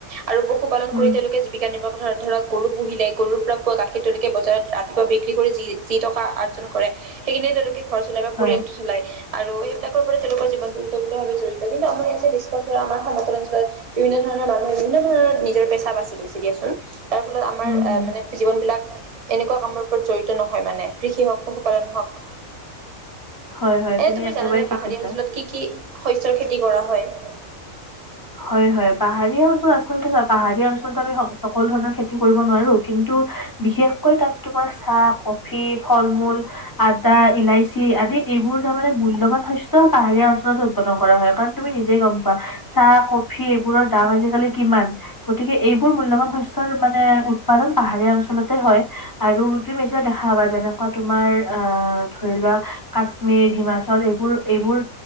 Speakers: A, on the right (about 35°); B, on the left (about 15°).
A: আৰু পশু পালন
B: উম,
A: কৰি তেওঁলোকে জীৱিকা নিৰ্বাহ ধৰক গৰু পুহিলে গৰুৰ পৰা পোৱা গাখীৰ তেওঁনেকে বজাৰত ৰাতিপুৱা বিক্ৰী কৰি যি যি টকা অৰ্জন কৰে সেইখিনি তেওঁলোকে ঘৰ চলাই বা
B: হয়,
A: পৰিয়ালটো চলায়। আৰু এইবিলাকৰ পৰা তেওঁলোকৰ জীৱনটো ওতপ্ৰোত ভাৱে জড়িত কিন্তু আমাৰ ইয়াতে বেছভাগ ধৰা আমাৰ সমতল অঞ্চলত বিভিন্ন ধৰণৰ মানুহে বিভিন্ন ধৰণৰ নিজৰ পেছা বাচি লৈছে দিয়াচোন, তাৰ ফলত আমাৰ
B: উম, হুম।
A: মানে জীৱনবিলাক এনেকুৱা কামৰ ওপৰত জড়িত নহয় মানে, কৃষি হওক পশুপালন হওক।
B: হয় হয়,
A: এনে তুমি
B: একেবাৰে
A: জানানে
B: ঠিক
A: পাহাৰীয়া
B: কৈছা।
A: অঞ্চলত কি কি শস্যৰ খেতি কৰা হয়?
B: হয় হয় পাহাৰীয়া য আচলতে চোৱা পাহাৰীয়া অঞ্চলত আমি সকলো ধৰণৰ খেতি কৰিব নোৱাৰো কিন্তু বিশেষকৈ তাত তোমাৰ চাহ, কফি, ফল মূল আদা, ইলাইচি আদি এইবোৰ তাৰ মানে মূল্যবান শস্য পাহাৰীয়া অঞ্চলত উৎপাদন কৰা হয়। কাৰণ তুমি নিজেই গম পোৱা চাহ, কফি এইবোৰৰ দাম আজিকালি কিমান। গতিকে এইবোৰ মূল্যবান শস্যৰ মানে উৎপাদন পাহাৰীয়া অঞ্চলতে হয়। আৰু তুম নিজৰ দেখা পাবা যেনেকুৱা তোমাৰ আহ, ধৰি লোৱা কাশ্মীৰ, হিমাচল এইবোৰ এইবোৰ